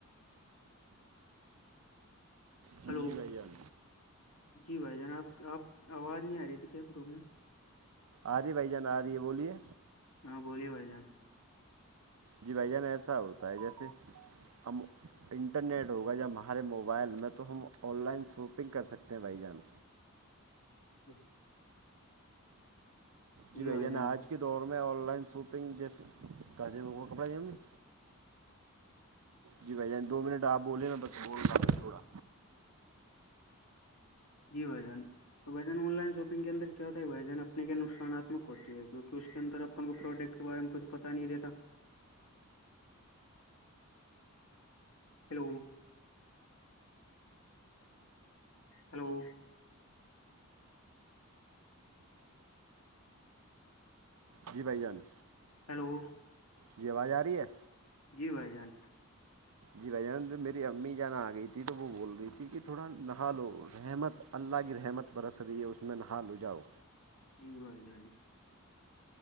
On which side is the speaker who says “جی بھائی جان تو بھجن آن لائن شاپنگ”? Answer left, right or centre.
Left